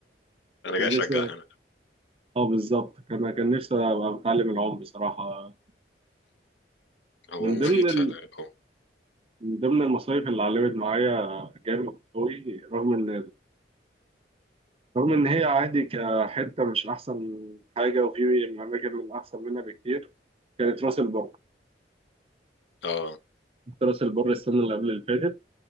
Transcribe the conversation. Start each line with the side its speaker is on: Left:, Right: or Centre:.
Left: انا
Right: كان
Left: جاي اشجع
Right: نفسي
Left: هنا
Right: اه بالظبط كان كان نفسي أبقى بتعلم العوم بصراحة
Left: هو
Right: من
Left: مفيد
Right: ضمن ال...
Left: فعلا هو
Right: من ضمن المصايف اللي علمت معايا جامد قوي رغم ان رغم إن هي عادي كحتة مش أحسن حاجة وفي أماكن من أحسن منها بكتير كانت راس البر
Left: اه
Right: كنت راس البر السنة اللي قبل اللي فاتت